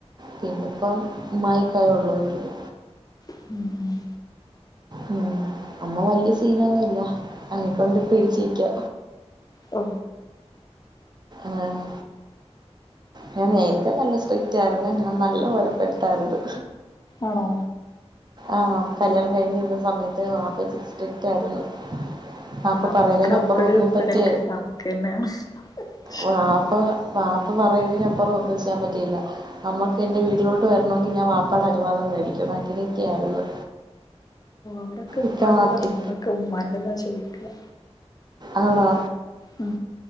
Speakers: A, on the right (about 40°); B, on the left (about 35°).
A: പിന്നിപ്പം ഉമ്മായിം ഇക്കായിം ഉള്ളൂ വീട്ടില്
B: ഉം
A: ഉം അമ്മ വലിയ സീനൊന്നുംല്ല അതിനെക്കൊണ്ട് പിടിച്ച്നിക്ക
B: ഓ
A: ആഹ് ഞാൻ നേരിത്തെ നല്ല സ്ട്രിക്റ്റ് ആരുന്നു ഞാൻ നല്ലപോലെപ്പെട്ടായിര്ന്ന്
B: ആണോ
A: ആഹ് കല്യാണം കഴിഞ്ഞിരുന്ന സമയത്ത് വാപ്പ സ്ട്രിക്റ്റ് ആയിരുന്നു ആഹ് വാപ്പ
B: നമുക്ക്
A: പറയുന്നതിന്
B: അപ്പഴും
A: അപ്പറൊം ഒന്നും
B: ഇപ്പഴൊക്കെ
A: പറ്റേ
B: <unintelligible>
A: വാപ്പ വാപ്പ പറയുന്നതിനന്പ്പുറം ഒന്നും ചെയ്യാൻ പറ്റിയില്ല നമ്മക്ക് എന്റെ വീട്ടിലോട്ട് വരണെങ്കി ഞാൻ വാപ്പാട് അനുവാദം വേടിക്കണം അങ്ങനൊക്കെ ആയിര്ന്ന്
B: ഇവിടൊക്കെ
A: ഇക്ക
B: പലതാണ് ഇവിടൊക്കെ ഉമ്മാന്റെതാ ചോയിക്കാ
A: ആണോ
B: ഉം